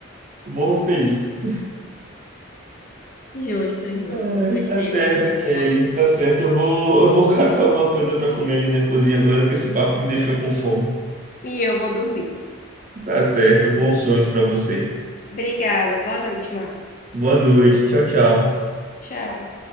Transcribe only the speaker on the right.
Morro feliz.
Ai,
tá certo,
Kelly, tá certo. Eu vou, eu vou catar alguma coisa pra comer ali na cozinha agora, porque esse papo me deixou com fome.
Tá certo, bons sonhos pra você.
Boa noite, tchau, tchau.